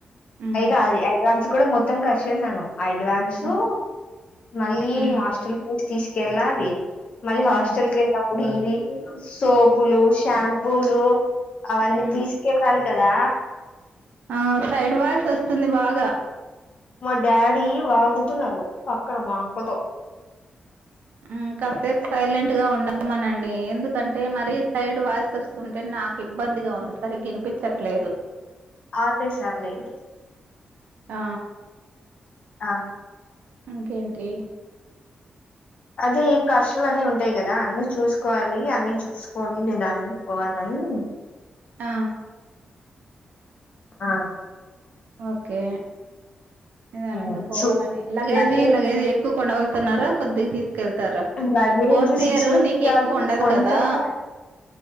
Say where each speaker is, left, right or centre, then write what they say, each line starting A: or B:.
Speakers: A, on the right; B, on the left.
A: ఉమ్,
B: పైగా అది అడ్వాన్స్ కూడా మొత్తం ఖర్చేశాను అడ్వాన్సు
A: ఉమ్,
B: మళ్ళీ
A: ఉమ్,
B: హాస్టల్ ఫీజు తీసుకెళ్ళాలి మళ్ళీ
A: ఉమ్,
B: హాస్ ల్‌కేళ్ళినప్పుడు ఇవి సోపులు షాంపూలు అవన్నీ
A: ఉమ్.
B: తీసు కెళ్లాలి కదా
A: ఆ సైడ్ వాయిస్ వస్తుంది బాగా
B: మా డాడీ వాగుతున్నారు పక్కన మా అక్కతో
A: మ్ కాసేపు సైలెంట్గా ఉండమనండి ఎందుకంటే మరి సైడ్ వాయిస్ వస్ స్తుంటే నాకు ఇబ్బందిగా ఉంది సరిగ్గ గ ఇనిపించట్లేదు
B: ఆపేసార్లేండి
A: ఆ
B: ఆ
A: ఇకేంటి
B: అదే ఈ ఖర్చులు అన్నీ ఉంటాయి కదా అన్ని చూసుకోవాలి అన్ని చూస్ స్కోని నీదానంగా పోవాలని
A: ఆ
B: ఆ
A: ఓకే నిదానంగా
B: ఉమ్,
A: పోవాలనే
B: సో
A: లగేజీ
B: లగేజ్
A: లగేజీ ఎ కు కొండ వెళ్తున్నారా కొద్దిగా తీస్కెళ్తారా
B: luggage
A: fourth
B: six
A: year
B: months
A: నీకు
B: కాబట్టి
A: ఎక్కువ ఉండదు
B: కొంచెమే
A: కదా